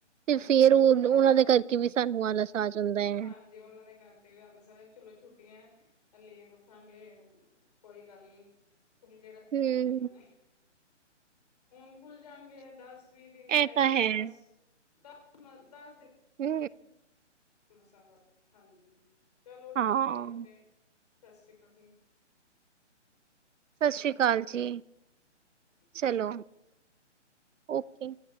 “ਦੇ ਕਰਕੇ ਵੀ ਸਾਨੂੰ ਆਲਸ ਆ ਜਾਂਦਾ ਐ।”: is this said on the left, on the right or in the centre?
Right